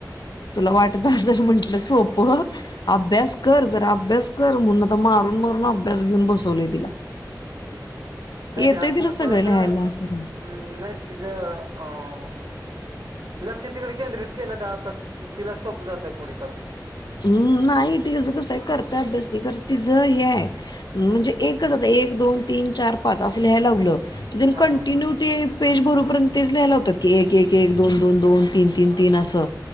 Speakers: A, on the left (about 70°); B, on the right (about 80°).
A: तुला वाटत असर म्हंटलं सोप अभ्यास कर जरा अभ्यास कर म्हणून आता मारून मारून अभ्यास घेऊन बसवलय तिला.
B: नाही
A: येतय
B: ते
A: तिला सगळं
B: थोडस.
A: लिहायला खरं
B: हम्म नाही तिच अ लक्ष तिकडे केंद्रित केलं का आता तिला सोपं जातय पुढे चालून.
A: हम्म नाही तिचं कसं आहे करता अभ्यास ती खरं तिचं हे आहे म्हणजे एकच आता एक दोन तीन चार पाच. असं लियला लावलं तर
B: हा
A: कंटिन्यू ते पेज भरूपर्यंत तेच लियलावतात. एक एक एक दोन दोन दोन तीन तीन तीन असं